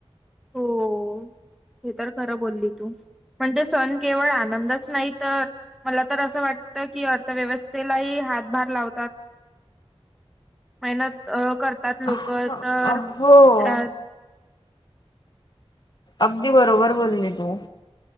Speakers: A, in the centre; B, on the left.
A: हो, हे तर खरं बोलली तू म्हणजे सण केवळ आनंदच नाही, तर, मला तर असं वाटत की अर्थव्यवस्थेलाही हातभार लावतात, मेनहत करतात, लोकं
B: हो
A: तर त्या
B: अगदी बरोबर बोलली तू